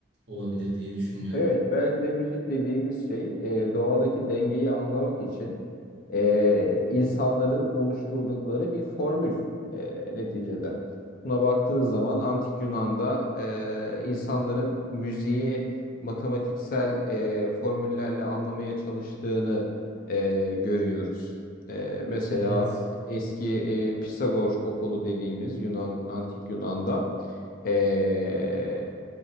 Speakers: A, on the right; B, on the left.
A: olabilir diye düşünüyorum.
B: Evet, belki de müzik dediğimiz şey e, doğadaki dengeyi anlamak için e, insanların oluşturdukları bir formül e, neticede. Buna baktığınız zaman Antik Yunan'da e, insanların müziği matematiksel e, formüllerle anlamaya çalıştığını e, görüyoruz. E, mesela
A: Evet,
B: eski e, Pisagor okulu dediğimiz Yunan Antik Yunan'da e,